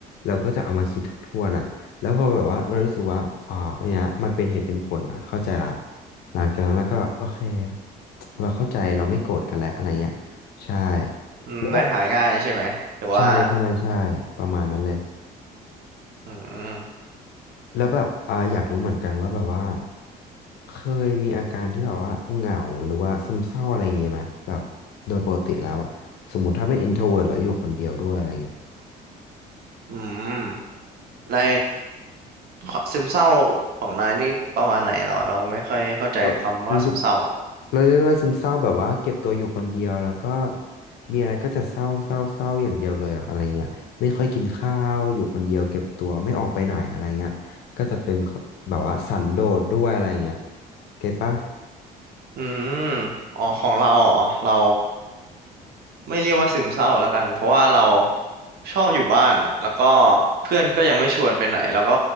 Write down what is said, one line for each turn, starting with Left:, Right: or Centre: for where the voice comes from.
Left: เราก็จะเอามาคิดทบทวนอ่ะแล้วพอแบบว่าเรารู้สึกว่าอ๋ออันเนี้ยมันเป็นเหตุเป็นผลนะเข้าใจละหลังจากนั้นเราก็โอเคเราเข้าใจเราไม่โกรธกันแล้วอะไรเงี้ยใช่
Right: อืมได้หายง่ายใช่ไหมหรือว่า
Left: แล้วแบบใช่ใช่ใช่ประมาณนั้นเลย
Right: อืม
Left: แล้วแบบอ่าอยากรู้เหมือนกันว่าแบบว่าเคยมีอาการที่แบบว่าเหงาหรือว่าซึมเศร้าอะไรอย่างงี้ไหมแบบโดยปกติแล้วอะสมมติถ้าเป็น introvert แล้วอยู่คนเดียวด้วยอะไรเงี้ย
Right: อืมในขอซึมเศร้าของนายนี่ประมาณไหนเหรอเราไม่ค่อยเข้าใจคำว่าซึมเศร้าอ่ะ
Left: เราเรียกเราเรียกว่าซึมเศร้าแบบว่าเก็บตัวอยู่คนเดียวแล้วก็มีอะไรก็จะเศร้าเศร้าเศร้าอย่างเดียวเลยอะอะไรเงี้ยไม่ค่อยกินข้าวอยู่คนเดียวเก็บตัวไม่ออกไปไหนอะไรเงี้ยก็จะเป็นแบบว่าสันโดษด้วยอะไรเงี้ยเก็ตปะ
Right: อืมอ๋อของเราอ๋อเรา ไม่เรียกว่าซึมเศร้าละกันเพราะว่าเราชอบอยู่บ้านอ่ะแล้วก็เพื่อนก็ยังไม่ชวนไปไหนแล้วก็